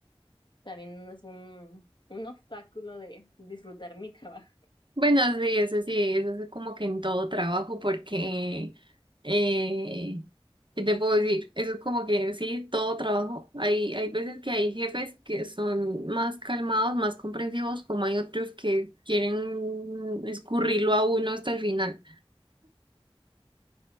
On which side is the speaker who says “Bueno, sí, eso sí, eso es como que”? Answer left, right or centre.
Right